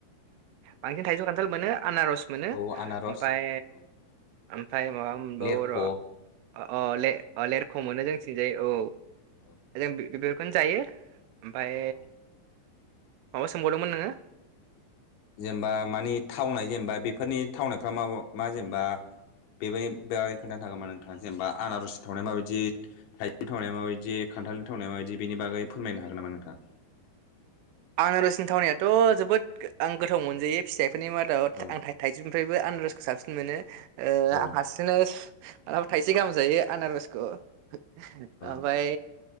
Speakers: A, on the right; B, on the left.
A: बांसिन थाइजौ खान्थाल मोनो। आनारस मोनो,
B: औ आनारस
A: ओमफाय,
B: औ
A: ओमफाय माबा मोनबावो
B: लेरख'
A: र' अ लेर-लेरख' मोनो जोंनिथिंजाय औ।
B: औ
A: जों बे <unintelligible> बेखौनो जायो। ओमफाय
B: औ
A: माबा सोंबावदोंमोन नोङो?
B: जेनेबा मानि थावनाय जेनेबा बेफोरनि थावनायफ्रा मा मा जेनेबा बेबाय <unintelligible> खोन्थानो हागौमोन नोंथाङा जेनेबा आनारस थावनाया माबायदि? थाइजौ थावनाय माबायदि? खान्थालनि थावनाय माबायदि, बेनि बागै फोरमायनो हागोन नामा नोंथाङा?
A: आनारसनि थावनायाथ' जोबोद आं गोथाव मोनजायो फिसाइफोरनि मादाव,
B: औ
A: आं <unintelligible> था-थाइजौ फ्रायबो आनारसखौ साबसिन मोनो। ओ
B: औ
A: आं हारसिंनो मालाबा थाइसे गाहाम जायो आनारसखौ। ओमफाय
B: औ